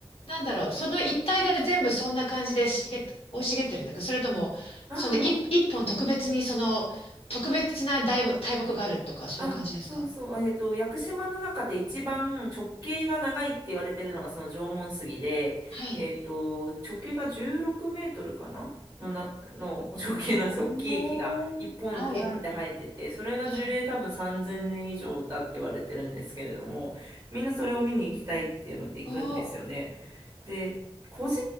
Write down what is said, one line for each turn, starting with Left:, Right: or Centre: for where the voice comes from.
Left: なんだろう、その一帯が全部そんな感じで茂っ、生い茂ってるんですかそれとも、
Right: ああ、
Left: その一、一本特別にその、特別な大木、大木があるとか、そういう感じですか
Right: あ、そうそう。あえっと、屋久島の中で一番直径が長いって言われてるのがその縄文杉で、
Left: はい。
Right: えっと、直径が16メートルかなのな、の直径なんですよ。
Left: へーはい。
Right: 大きい木が一本ボーンって生えてて、それが樹齢多分3000年以上だって言われてるんですけれども、
Left: はい。
Right: みんなそれを見に行きたいっていうので行くんですよね。
Left: うんお、う
Right: で、個人